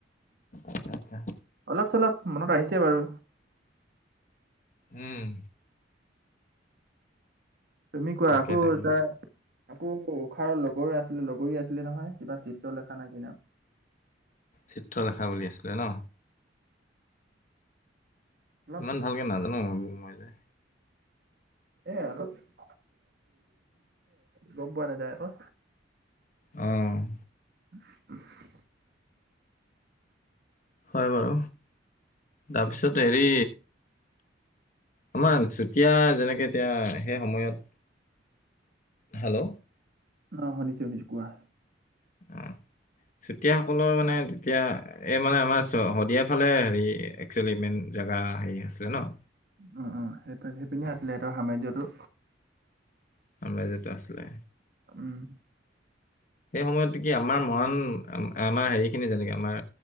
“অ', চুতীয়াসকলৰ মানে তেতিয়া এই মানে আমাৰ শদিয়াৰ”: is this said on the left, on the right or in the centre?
Left